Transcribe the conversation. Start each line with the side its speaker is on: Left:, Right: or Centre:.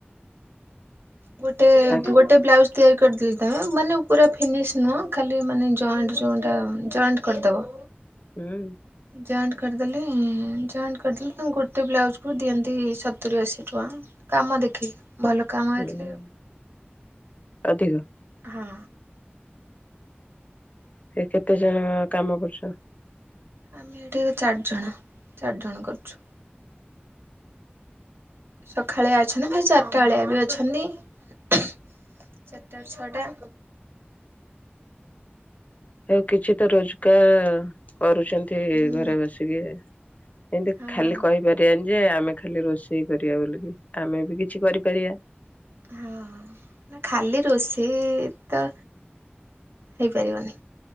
Right: ଗୋଟେ
Left: ତାଙ୍କ
Right: ଗୋଟେ ବ୍ଲାଉଜ ତିଆରି କରିଦେଲି। <unintelligible> ମାନେ ପୁରା ଫିନିଶ ନୁହଁ ଖାଲି ମାନେ ଜଏଣ୍ଟ ଯେଉଟା ଜଏଣ୍ଟ କରିଦେବ।
Left: ହୁଁ
Right: ଜଏଣ୍ଟ କରିଦେଲି ଜଏଣ୍ଟ କରିଦେଲି। ତାଙ୍କୁ ଗୋଟେ ବ୍ଲାଉଜକୁ ଦିଅନ୍ତି ସତୁରି ଅଶୀ ଟଙ୍କା କାମ ଦେଖିକି। ଭଲ କାମ ହେଇଥିଲ।
Left: ହୁଁ। ଅଧିକ
Right: ହଁ
Left: ଏ କେତେ ଜଣ କାମ କରୁଛ?
Right: ଆମେ ଏଠି ଚାରି ଜଣ ଚାରି ଜଣ କରୁଛୁ। ସଖାଳିଆ ଅଛନ୍ତି। ଫେରେ ଚାରିଟା ବେଳିଆ ବି ଅଛନ୍ତି। ଚାରିଟା ରୁ ଛଅଟା।
Left: ଆଉ <unintelligible> କିଛି ତ ରୋଜଗାର କରୁଛନ୍ତି
Right: ହୁଁ
Left: ଘରେ ବସିକି। ଏମତି
Right: ହଁ
Left: ଖାଲି କହିପାରିବନି ଯେ ଆମେ ଖାଲି ରୋଷେଇ କରିବା ବୋଲିକି? ଆମେ ବି କିଛି କରିପାରିବା।
Right: ହଁ। ନା ଖାଲି ରୋଷେଇ ତ ହେଇପାରିବନି।